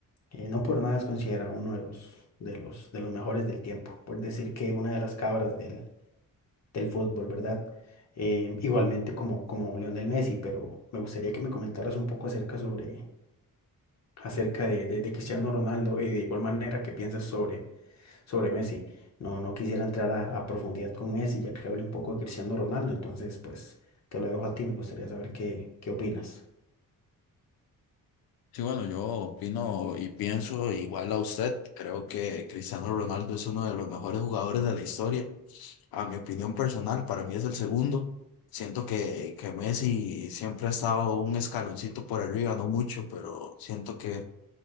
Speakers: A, on the left; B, on the left.
A: Eh, no por nada es considerado uno de los, de los, de los mejores del tiempo, por decir que una de las cabras del, del fútbol, ¿verdad? Eh, igualmente como, como Lionel Messi, pero me gustaría que me comentaras un poco acerca sobre, acerca de, de, de Cristiano Ronaldo y de igual manera que piensas sobre sobre Messi. No, no quisiera entrar a, a profundidad con Messi, ya que hablé un poco de Cristiano Ronaldo, entonces pues te lo dejo a ti, me gustaría saber qué, qué opinas.
B: Sí, bueno, yo opino y pienso igual a usted. Creo que Cristiano Ronaldo es uno de los mejores jugadores de la historia. A mi opinión personal, para mí es el segundo. Siento que, que Messi siempre ha estado un escaloncito por arriba, no mucho, pero siento que,